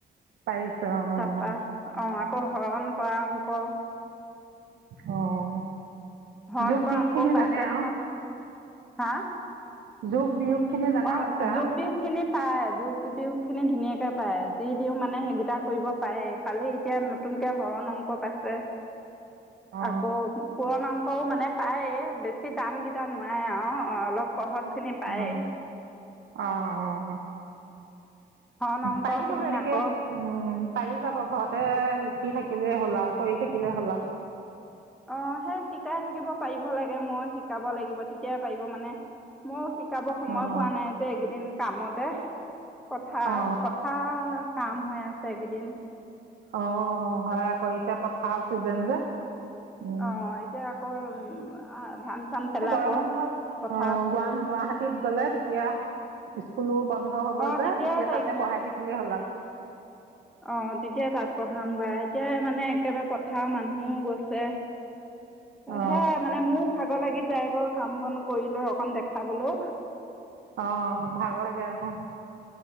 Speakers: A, on the right (about 85°); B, in the centre.
A: পাৰিছে অ
B: তাৰপা অ' আকৌ হৰণ কৰা অংক।
A: অ'।
B: হৰণ
A: যোগ
B: কৰা
A: বিয়োগ
B: অংকও
A: খিনি
B: পাইছ
A: জানে আৰু
B: নহয় হা।
A: যোগ বিয়োগ। খিনি জানা
B: অ',
A: হৈছে
B: যোগ
A: আৰু
B: বিয়োগ খিনি পাৰে, যোগ বিয়োগখিনি ধুনীয়াকৈ পাৰে, যি দিওঁ মানে সেইকেইটা কৰিব পাৰে। খালি এতিয়া নতুনকে হৰণ অংক পাইছে,
A: অ
B: আকৌ পুৰণ অংকও মানে পাৰে, বেছি টানকেইটা নোৱাৰে আৰু অলপ সহজখিনি পায়েই
A: অ', অ', অ'।
B: হৰণ অংকখিনি
A: পাৰিব হেই এনেকে
B: আকৌ
A: উম, পাৰি যাব ঘৰতে লিখি থাকিলেই হ'ল আৰু পঢ়ি থাকিলে হ'ল আৰু।
B: অ', সেই শিকাই থাকিব পাৰিব লাগে, মই শিকাব লাগিব তেতিয়াই পাৰিব মানে। মই শিকাব
A: আৰু
B: সময় পোৱা নাই যে এইকেইদিন কামতে। পথাৰ
A: অ অ
B: পথাৰৰ কাম হৈ আছে এই কেইদিন।
A: অ', হয় আকৌ এতিয়া পথাৰৰ চিজিন যে। উম
B: অ', এতিয়া আকৌ উ ধান চান পেলাব
A: গৰম বন্ধত
B: পথাৰত
A: অ' গুৱা গুৱাহাটীত গ'লে তেতিয়া স্কুলো বন্ধ হ'ব
B: অঁ
A: যে
B: তেতিয়াই
A: তেতিয়া
B: তাইক
A: তাতে পঢ়াই থাকিলেই হ'ল আৰু।
B: অ' তেতিয়াই তাত পঢ়ামগে আৰু, এতিয় মানে একেবাৰে পথ থাৰৰ মানুহও গৈছে,
A: অ
B: সেয়া মানে মোক ভাগৰ লাগি যায় আকৌ কাম বন কৰি লৈ অকন দেখাবলৈও।
A: অ' ভাগ লাগে হ'।